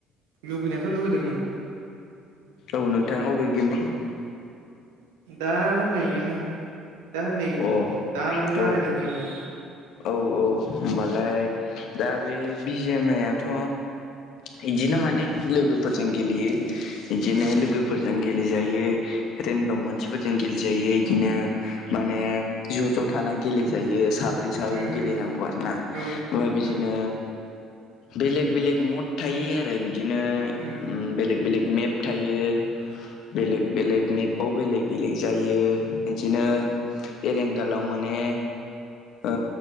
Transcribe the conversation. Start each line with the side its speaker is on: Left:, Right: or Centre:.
Right: लुबैनायाथ' लुगैदोंमोन।
Left: औ नोंथांङा अबे गेमखौ
Right: दा होननाययानो दा होननाय
Left: अ
Right: दा माने रायलायनाय
Left: औ
Right: गेमानो
Left: औ औ होनोमबालाय दा बे बिजामाइआथ' बिदिनो माने लोगोफोरजों गेलेयो। बिदिनो
Right: उम
Left: लोगोफोरजों गेलेजायो रेन्डम मानसिफोरजों गेलेजायो बिदिनो माने ज' ज' थाना गेलेेजायो साब्रै साब्रै
Right: उम
Left: गेलेनांगौ
Right: उम
Left: आरोना
Right: औ
Left: ओमफ्राय बिदिनो
Right: उम
Left: बेलेग बेलेग मद थायो आरो बिदिनो ओ
Right: उम
Left: बेलेक बेलेग मेप थायो। बेलेग बेलेग मेपाव बेलेग बेलेग जायो बिदिनो एरेंगालाव माने ओ